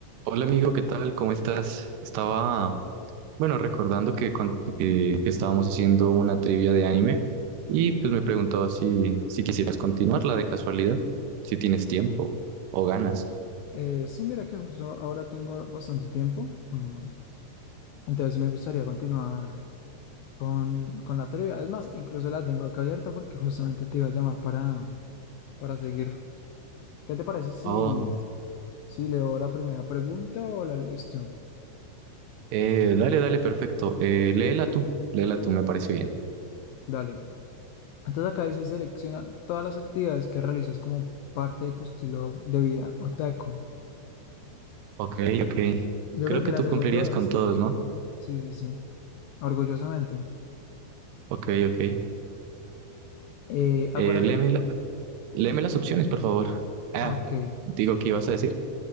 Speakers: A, on the right (about 75°); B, on the left (about 85°).
A: Hola amigo, ¿qué tal? ¿Cómo estás? Estaba, bueno, recordando que, con- que- que estábamos haciendo una trivia de anime y pues me preguntaba si, si quisieras continuarla de casualidad, si tienes tiempo o ganas.
B: Eh, sí, mira que justo ahora tengo bastante tiempo, mm, entonces sí me gustaría continuar con, con la trivia. Es más, incluso la tengo acá abierta porque justamente te iba a llamar para, para seguir. ¿Qué te parece si,
A: Oh,
B: si leo la primera pregunta o la lees tú?
A: eh, dale, dale, perfecto. Eh, léela tú, léela tú, me parece bien.
B: Dale. Entonces acá dice, selecciona todas las actividades que realizas como parte de tu estilo de vida otaku.
A: Ok, ok.
B: Yo
A: Creo
B: creo
A: que
B: que las
A: tú
B: hago
A: cumplirías
B: todas.
A: con todos, ¿no?
B: Sí, sí, sí. Orgullosamente.
A: Ok, ok.
B: Eh,
A: Eh,
B: acuérdate.
A: léeme, la- léeme las opciones, por favor. Ah,
B: ah, Ok.
A: digo, ¿qué ibas a decir?